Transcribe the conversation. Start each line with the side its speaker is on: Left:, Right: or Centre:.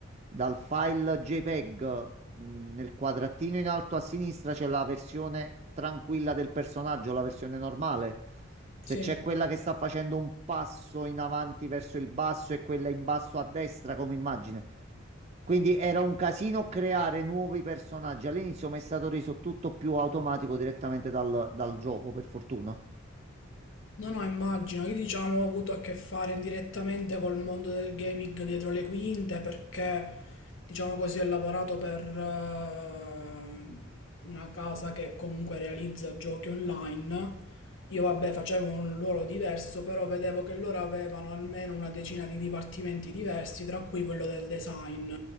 Right: dal file JPEG, mh, nel quadratino in alto a sinistra c'è la versione tranquilla del personaggio, la versione normale.
Left: sì.
Right: Se c'è quella che sta facendo un passo in avanti verso il basso e quella in basso a destra come immagine. Quindi era un casino creare nuovi personaggi. All'inizio mi è stato reso tutto più automatico direttamente dal, dal gioco, per fortuna.
Left: No, no, immagino. Io diciamo ho avuto a che fare indirettamente col mondo del gaming dietro le quinte perché, diciamo così, ho lavorato per eh, una casa che comunque realizza giochi online. Io vabbè facevo un ruolo diverso, però vedevo che loro avevano almeno una decina di dipartimenti diversi, tra cui quello del design,